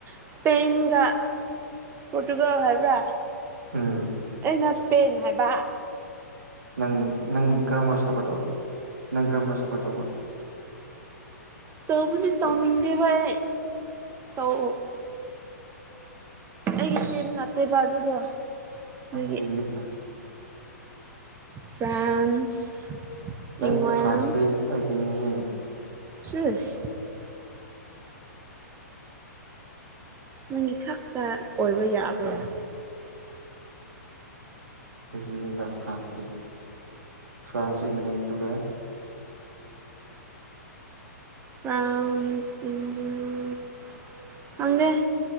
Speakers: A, on the right; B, on the right.
A: ꯏꯁꯄꯦꯟꯒ ꯄꯣꯔꯇꯨꯒꯜ ꯍꯥꯏꯕ꯭ꯔꯥ
B: ꯎꯝ
A: ꯑꯩꯅ ꯢꯁꯄꯦꯟ ꯍꯥꯏꯕ
B: ꯅꯪ ꯅꯪ ꯀꯔꯝꯕ ꯁꯄꯣꯔꯠ ꯇꯧꯕ ꯅꯪ ꯀꯔꯝꯕ ꯁꯄꯣꯔꯠ ꯇꯧꯕ
A: ꯇꯧꯕꯨꯗꯤ ꯇꯧꯅꯤꯡꯗꯦꯕ ꯑꯩ ꯇꯧ ꯑꯩ
B: ꯏꯁ
A: ꯇꯤꯝ ꯅꯠꯇꯦꯕ ꯑꯗꯨꯗꯣ ꯑꯗꯨꯒꯤ
B: ꯅꯪꯒꯤ ꯇꯤꯝꯗꯤ ꯀꯅꯥ
A: ꯐ꯭ꯔꯥꯟꯁ
B: ꯑꯩꯠ
A: ꯏꯪꯂꯦꯟ
B: ꯐꯥꯟꯁꯤ ꯑꯩꯒꯤꯅꯤꯍꯦ
A: ꯁꯤꯁ ꯅꯪꯒꯤ ꯈꯛꯇ ꯑꯣꯏꯕ ꯌꯥꯕ꯭ꯔꯣꯏ
B: ꯑꯩꯒꯤꯅꯤꯗ ꯐ꯭ꯔꯥꯟꯁꯗꯤ ꯐ꯭ꯔꯥꯟꯁꯁ ꯏꯪꯂꯦꯟ ꯑꯗꯨꯒ
A: ꯐ꯭ꯔꯥꯟꯁ ꯏꯪꯂꯦꯟ ꯈꯪꯗꯦ